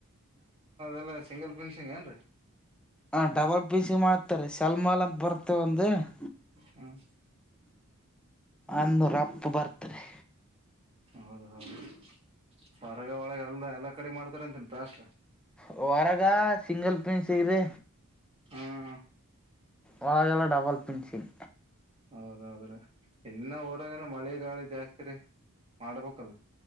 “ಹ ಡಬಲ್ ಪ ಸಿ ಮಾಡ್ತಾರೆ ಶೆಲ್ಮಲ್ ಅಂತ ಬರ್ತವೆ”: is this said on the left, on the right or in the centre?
Centre